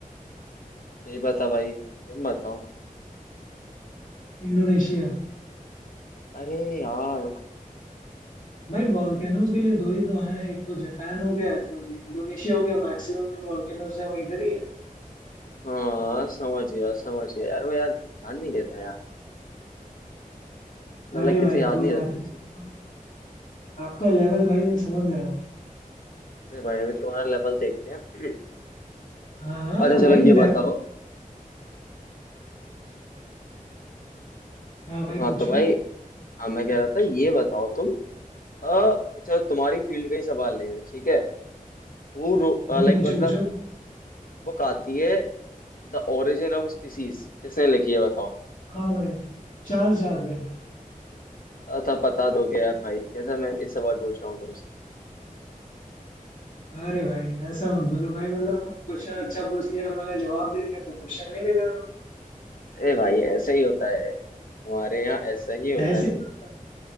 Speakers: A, on the left (about 75°); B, on the left (about 55°).
A: नहीं पता भाई तुम बताओ
B: इंडोनेशिया
A: अरे यार
B: भाई वॉल्केनोज के लिए दो ही तो हैं एक तो जापान हो गया फिर इंडोनेशिया हो गया मैक्सिमम जो वॉल्केनोज है वो इधर ही है
A: हाँ समझ गया समझ गया यार वो यार ध्यान नहीं देता यार मतलब
B: अरे
A: लाइक
B: भाई
A: कैसे याद
B: कोई
A: नहीं
B: बात
A: रहती ना
B: नहीं
A: चीजें
B: आपका लेवल भाई मैं समझ रहा हूँ
A: अरे भाई अभी तुम्हारा लेवल देखते हैं <clears throat>
B: हाँ हाँ
A: अच्छा
B: भाई
A: चलो ये
B: ले...
A: बताओ
B: हाँ भाई
A: हाँ
B: पूछो
A: तो भाई हाँ मैं कह रहा था ये बताओ तुम अ चलो तुम्हारी फील्ड का ही सवाल लेंगे ठीक है वो
B: हम्म
A: लाइक
B: पूछो
A: मतलब
B: पूछो
A: बुक आती है द ओरिजिन ऑफ स्पीसीज किसने लिखी है बताओ
B: हाँ भाई चार्ल्स डार्विन
A: था पता दोगे यार भाई कैसा मैं भी सवाल पूछ रहा हूँ तुमसे
B: अरे भाई ऐसा मत बोलो भाई मतलब क्वेश्चन अच्छा पूछ लिया मैंने जवाब दे दिया तो क्वेश्चन ही बेकार हो
A: ए भाई ऐसा ही होता है हमारे यहाँ ऐसा ही होता
B: गया ऐसे ही
A: है
B: होता है।